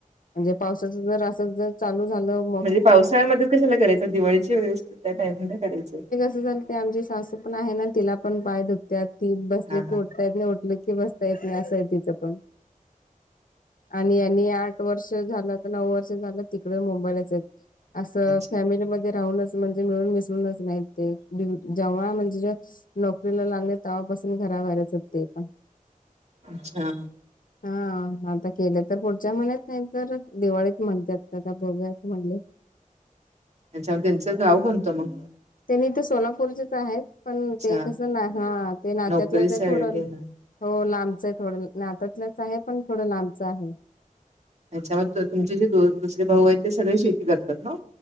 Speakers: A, on the left; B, on the right.
A: म्हणजे पावसाच जर असं जर चालू झालं.
B: म्हणजे पावसाळ्यामध्ये कशाला करायचं दिवाळीची वेळ असती त्या टाईम करायच.
A: ती म्हणती आमची सासू पण आहे ना तिला पण पाय दुखत्यात ती बसले
B: हा
A: की
B: हा
A: उठता येत नाही बसता येत नाही असंय तिचं पण आणि आणि आठ वर्ष झालं तर नऊ वर्ष झालं तिकडे मुंबईलाच येत. असं
B: अच्छा
A: फॅमिलीमध्ये राहूनच म्हणजे मिळून मिसळूनच नाही ते जेव्हा म्हणजे नोकरीला लागले तेव्हापासून घराबाहेराच हो ते पण.
B: अच्छा.
A: हा आता केलं तर पुढच्या महिन्यात नाही तर दिवाळीत म्हणतात का बघुया म्हणले. <unintelligible>
B: त्यांच्यामुळे त्यांचं गाव कोणत मग?
A: त्यांनी तर सोलापूरचेच आहेत पण
B: अच्छा
A: ते कसं ना ते नात्यातलंच
B: नोकरीसाठी
A: आहे थोडं
B: हा
A: हो लांबच आहे थोडं नाततलंच आहे पण थोडं लांबचं आहे.
B: त्याच्यामध्ये तुमचे जे दो दुसरे भाऊ आहेत ते सगळे शेती करतात ना.